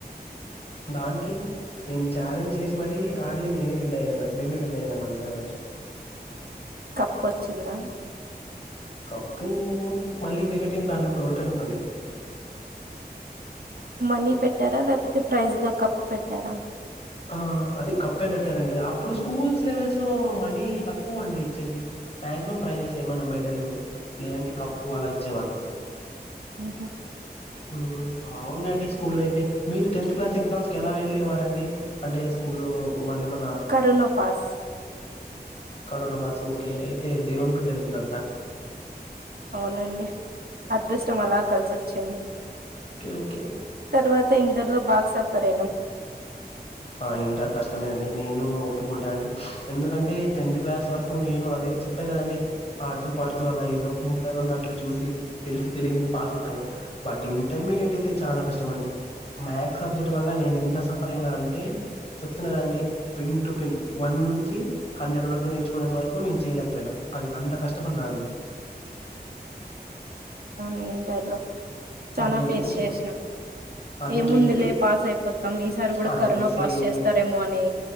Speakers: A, on the left (about 35°); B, on the right (about 65°).
A: దానికి నేను ఛాలెంజ్ చేసి మరీ ఆడి నేనే విన్ అయ్యాను మేమే విన్ అయినాం అండి ఆ రోజు
B: కప్పుొచ్చిందా
A: కప్పు మళ్ళీ వేరే టీమ్ తో ఆన్నపుడు ఓడిపోయినమండీ
B: మనీ పెట్టారా లేకపోతే ప్రైజ్ గా కప్పు పెట్టారా
A: ఆ అది కప్పే పెట్టారండి అప్పుడు స్కూల్స్ లెవెల్ లో మనీ తక్కువ అండి చేది మాక్సిమం ప్రైజెస్ ఏమన్నా మెడల్ లేదంటే కప్పు అలా ఇచ్చేవాళ్
B: ఉమ్ హు
A: ఉమ్ బాగుండే అండి స్కూల్ లైఫే మీరు టెన్త్ క్లాస్ ఎగ్జామ్స్ కి ఎలా వెళ్ళలేవారండి అంటే స్కూల్ల్లో వాళ్ళు ఏమన్
B: కరుణపాస్
A: కరోనా పాస్ ఓకే అయితే దేవుని బిండాలు మీరంతా
B: అవునండి అదృష్టం అలా కలిసొచ్చింది
A: ఒకే ఓక్
B: తర్వాత ఇంటర్లో బాగ్ సఫర్ అయినాం
A: ఆ ఇంటర్ కష్టమే అండి నేను ఒప్పుకుంటా అండి ఎందుకంటే టెన్త్ క్లాస్ వరకు నేను అదే చెప్పా కదండి ఆడుతూ పాడుతూ అలా ఏదో ముందరానీ దాంట్లో చూసి తెలిసి తెలియవి పాస్ అయిపోయిను బట్ ఇంటర్మీడియట్ అయితే చాలా కష్టం అండి మ్యాథ్స్ సబ్జెక్ట్ వల్ల నేను ఎంత సఫర్ నా అంటే చెప్తున్నకదండి పిన్ టు పిన్ వన్ నుంచి హండ్రెడ్ వరకు నేర్చుకునేంత వరకు నేను చేయలేకపోయినా అవి అంత కష్టపడినా అండి
B: ఇన్ టర్లో చాల
A: అదే అండి
B: ఫేస్
A: ఇప్పుడు
B: చేసిన
A: అదే
B: ఏ
A: అండి
B: ముందులే
A: ఎట్లా
B: పాస్ అయిపోతాం ఈసారి కూడా
A: అదే
B: కరోనా
A: అదే సేమ్
B: పాస్ చేస్తారేమో అని